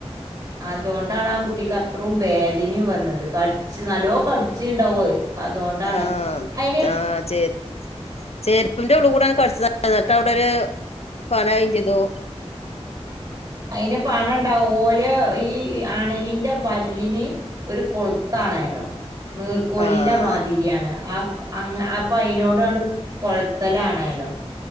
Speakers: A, on the right; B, on the left.
A: അതോണ്ടാണ് ആ കുട്ടിക്ക് അത്രും വേദനിം വന്നത്. കട് ച്ച് നല്ലോ കടിച്ച് ണ്ടാവു അത്. അതോണ്ടാണത്
B: ആഹ്
A: അയിനത്
B: ആഹ് ചേ ചേര്പ്പിന്റെ ഉള്ള് കൂടെണ് കടിച്ചതാ ഇന്നട്ട വ്ടെ ഒരു പണായിം ചെയ്തു.
A: അയിന് പണണ്ടാവു ഓല് ഈ അണലിന്റെ പല്ലിന് ഒരു കൊൾത്താണേലോ നീർക്കോലിന്റെ
B: ആഹ്
A: മാതിരിയാണ്. ആ അങ് അപ്പൊ അയിനോടാണ്ട് കൊൾത്തെലാണേലോ